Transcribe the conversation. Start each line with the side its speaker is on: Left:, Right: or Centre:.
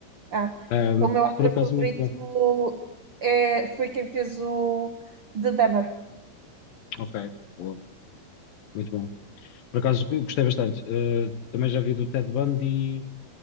Right: Ah,
Left: Ahm,
Right: é o meu ator
Left: por acaso,
Right: favorito
Left: muito bom.
Right: é, foi quem fez o The Dummer.
Left: Ok, boa, muito bom. Por acaso, gostei bastante. Eh, também já vi do Ted Bundy